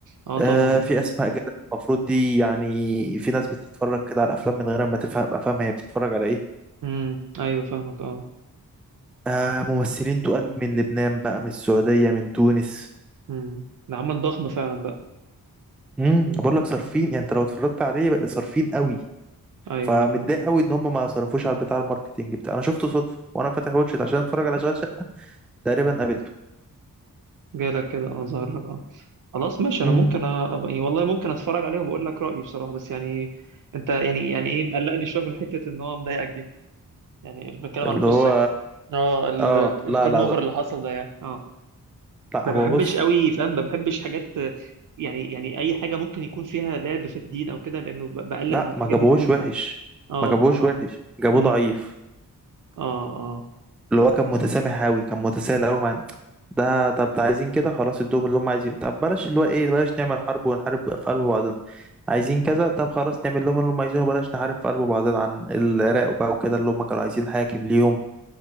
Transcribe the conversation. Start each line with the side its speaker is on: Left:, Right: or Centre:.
Right: اه
Centre: آه
Right: طبعا
Centre: في اسماء جلال المفروض دي يعني في ناس بتتفرج كده على الافلام من غير ما تفهم ابقى فاهمه هي بتتفرج على ايه
Right: امم ايوه فاهمك اه
Centre: آه ممثلين تقال من لبنان بقى من السعوديه من تونس
Right: امم ده عمل ضخم فعلا بقى
Centre: امم
Right: امم
Centre: بقول لك صارفين يعني انت لو اتفرجت عليه بقى صارفين قوي
Right: ايوه
Centre: فمتضايق
Right: فاهم اه
Centre: قوي ان هم ما صرفوش على بتاع الماركتينج بتاع انا شفته صدفه وانا فاتح واتشت عشان اتفرج على اشغال شقه تقريبا قابلته
Right: جالك كده اه ظهر لك اه خلاص ماشي انا
Centre: امم
Right: ممكن أ... يعني والله ممكن اتفرج عليه وبقول لك رايي بصراحه بس يعني انت يعني يعني ايه مقلقني شويه من حته ان هو مضايقك دي يعني بتكلم
Centre: اللي
Right: عن القصه
Centre: هو
Right: يعني اه
Centre: اه
Right: التيرن
Centre: لا لا
Right: اوفر
Centre: لا
Right: اللي حصل ده يعني اه
Centre: لا
Right: ما
Centre: هو
Right: بحبش
Centre: بص
Right: قوي فاهم ما بحبش حاجات يعني يعني اي حاجه ممكن يكون فيها لعب في الدين او كده لانه ب- بقلق
Centre: لا
Right: ان الحاجات
Centre: ما جابوهوش
Right: دي تكون
Centre: وحش
Right: اه
Centre: ما جابوهوش
Right: اه
Centre: وحش جابوه
Right: امم
Centre: ضعيف
Right: اه اه
Centre: اللي هو كان متسامح قوي كان متساهل قوي مع ده طب ده عايزين كده خلاص ادوهم اللي هم عايزينه طب بلاش اللي هو ايه بلاش نعمل حرب ونحارب في قلب بعضنا عايزين
Right: امم
Centre: كذا طب خلاص نعمل لهم اللي هم عايزينه بلاش نحارب في قلب بعضنا عن العراق وبقى وكده اللي هم كانوا عايزين حاكم ليهم